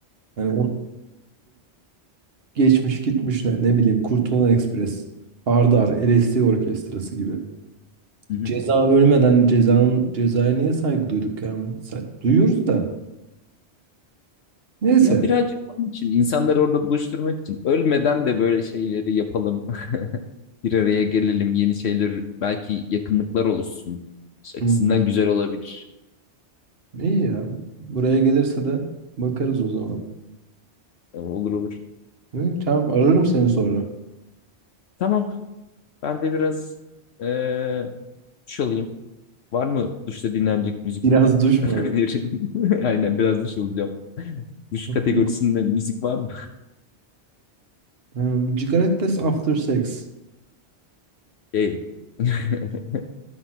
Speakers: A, on the right; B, on the left.
A: Hani onun, Geçmiş gitmiş ne, ne bileyim Kurtulan Ekspres, Hardar, LSD Orkestrası gibi.
B: <laughs>
A: Ceza ölmeden cezanın cezaya niye saygı duyduk ya? Ben- say- Duyuyoruz da. Neyse.
B: Ya birazcık onun için insanları orada buluşturmak için ölmeden de böyle şeyleri yapalım. <laughs> Bir araya gelelim, yeni şeyler belki yakınlıklar oluşsun. İşte açısından
A: Hı.
B: güzel olabilir.
A: İyi ya. Buraya gelirse de bakarız o zaman.
B: Ee, Olur olur.
A: Hı, tamam ararım seni sonra.
B: Tamam ben de biraz eee duş alayım. Var mı duşta dinlenecek müzik
A: Biraz duş
B: <laughs>
A: mu
B: önerin? <laughs> Aynen biraz duş alacağım. Duş
A: alayım?
B: kategorisinde
A: <laughs>
B: müzik var mı?
A: Um, Cigarettes after sex.
B: <laughs> Değil. <laughs>